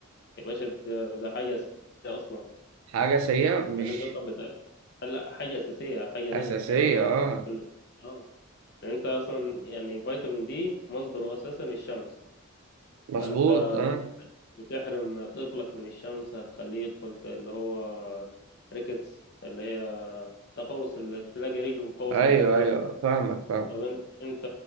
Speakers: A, on the left; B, on the right.
A: يا باشا ده, ده حاجة أساسية أصلا
B: حاجه سيئه مش
A: يعني أنت أصلا بت... هلا حاجة أساسية حاجة
B: اساسيه
A: لازم تعملها
B: اه
A: كل آه يعني أنت أصلا يعني فيتامين دي مصدره أساسا الشمس
B: مظبوط
A: فأنت لما
B: اه
A: بتحرم طفلك من الشمس هتخليه يدخل في اللي هو ريكتس اللي هي تقوس اللي تلاقي رجله مقوسة
B: ايوه
A: الاتنين
B: ايوه فاهمك فاهمك
A: طب إن- انت